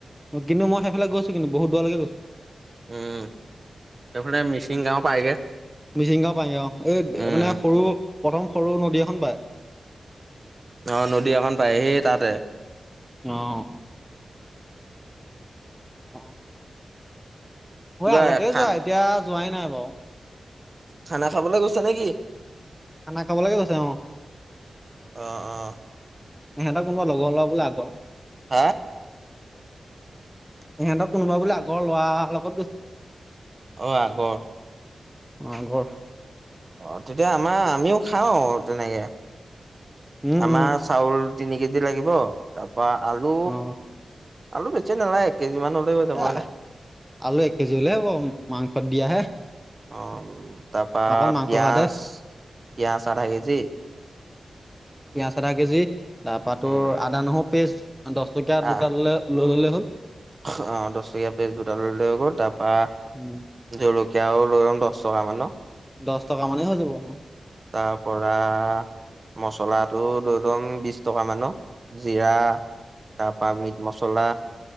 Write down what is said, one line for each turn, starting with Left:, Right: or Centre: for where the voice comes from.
Centre: অ কিন্তু হেইফালে গৈচো কিন্তু বহুত দূৰৰ লৈকে গইছো
Right: উম এইফালে মিচিং গাও পায়গে
Centre: মিচিংগাঁও পায়গে অ এই
Right: উম,
Centre: মানে সৰু প্ৰথম সৰু নদী এখন পায়
Right: অ নদী এখন পায় হেই তাতে
Centre: অহ অ <unintelligible> মই
Right: কিবা
Centre: আগতে
Right: খান
Centre: যোৱা এতিয়া যোৱাই নাই বাও
Right: খানা খাবলে গৈছে নে কি?
Centre: খানা খাবলৈকে গৈছে অ
Right: অ অ
Centre: সিহঁতৰ কোনোবা লগৰ লৰা বোলে আগৰ
Right: হা
Centre: ইহঁতক কোনোবা বুলি আগৰ লৰা অলপ ক'ত গৈছে
Right: অ', আগৰ
Centre: অ ঘৰ
Right: অ তেতিয়া আমাৰ আমিও খাও তেনেকে
Centre: উম
Right: আমাৰ
Centre: উম
Right: চাউল তিনি কেজি লাগিব তাৰপৰা আলু
Centre: অ
Right: আলু বেছি নালাগে এক কেজি মান হ'লে হৈ যাব হয়
Centre: এ
Right: নাই
Centre: আলু এক কেজি হলে হ'ব মাংসত দিয়াহে
Right: অ তাৰ পৰা
Centre: অকল মাংস
Right: পিয়াজ
Centre: ভাতহে
Right: পিয়াজ আধা কেজি
Centre: পিয়াজ আধা কেজি তাৰপৰা তোৰ
Right: উম
Centre: আদা নহৰু পেষ্ট দহ টকীয়া
Right: আহ
Centre: দুটা ললে লৈ ল'লে হ'ল
Right: অ দহ টকীয়া পেষ্ট দুটা লৈ ল'লে হৈ গল তাৰপৰা
Centre: উম,
Right: জলকীয়াও লৈ ল'ম দহ টকা মান
Centre: দহ টকা মানেই হৈ যাব অ
Right: তাৰ পৰা মচলা টো লৈ লম বিশ টকা মানৰ জিৰা তাৰ পৰা মিট মছলা